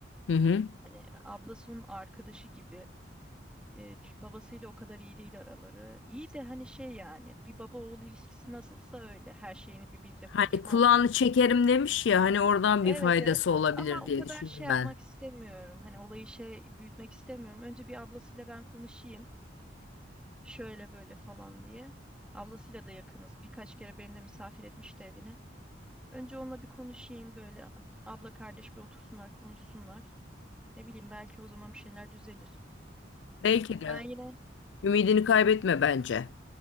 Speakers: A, on the left; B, in the centre.
A: Hı hı.
B: Hani ablası onun arkadaşı gibi. Eee, ç- babasıyla o kadar iyi değil araları. İyi de hani şey yani bir baba oğul ilişkisi nasılsa öyle. Her şeyini birbiriyle
A: Hani
B: konuşmazlar.
A: kulağını çekerim demiş ya hani oradan
B: Evet
A: bir faydası
B: evet.
A: olabilir
B: Ama o
A: diye
B: kadar
A: düşündüm
B: şey yapmak
A: ben.
B: istemiyorum. Hani olayı şey büyütmek istemiyorum. Önce bir ablasıyla ben konuşayım. şöyle böyle falan diye. Ablasıyla da yakınız. Birkaç kere beni de misafir etmişti evine. Önce onunla bir konuşayım böyle abla kardeş bir otursunlar konuşsunlar. Ne bileyim belki o zaman bir şeyler düzelir.
A: Belki de.
B: Ben yine
A: Ümidini kaybetme bence.